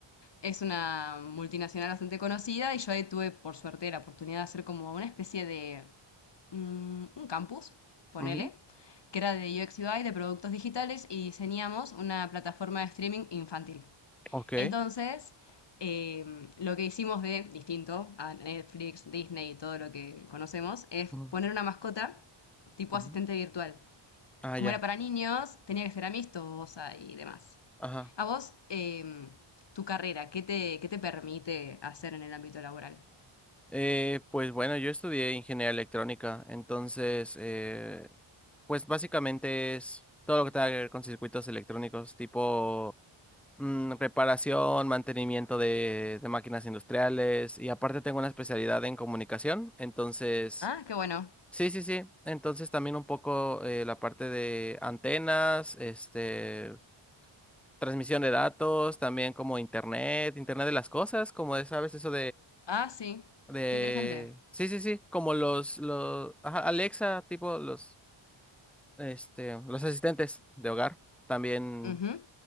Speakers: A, on the left; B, in the centre.
A: es una multinacional bastante conocida y yo ahí tuve, por suerte, la oportunidad de hacer como una especie de mm, un campus, ponele,
B: Ujú,
A: que era de UX UI, de productos digitales, y diseñamos una plataforma de streaming infantil.
B: Ok.
A: Entonces, eh, lo que hicimos de distinto a Netflix, Disney y todo lo que conocemos es
B: Ujú,
A: poner una mascota tipo
B: ujú.
A: asistente virtual
B: Ah,
A: como
B: ya.
A: era para niños, tenía que ser amistosa y demás.
B: Ajá.
A: A vos, eh, tu carrera, ¿qué te, qué te permite hacer en el ámbito laboral?
B: Eh, pues bueno, yo estudié ingeniería electrónica, entonces, eh, pues básicamente es todo lo que tenga que ver con circuitos electrónicos, tipo mm, reparación, mantenimiento de, de máquinas industriales, y aparte tengo una especialidad en comunicación, entonces,
A: Ah, qué bueno.
B: sí, sí, sí, entonces también un poco eh, la parte de antenas, este, transmisión de datos, también como internet, internet de las cosas, como de, sabes, eso
A: Ah, sí.
B: de.
A: Qué interesante.
B: Sí, sí, sí. Como los, los. ajá, Alexa, tipo los. Este. Los asistentes de hogar. También
A: Ujú.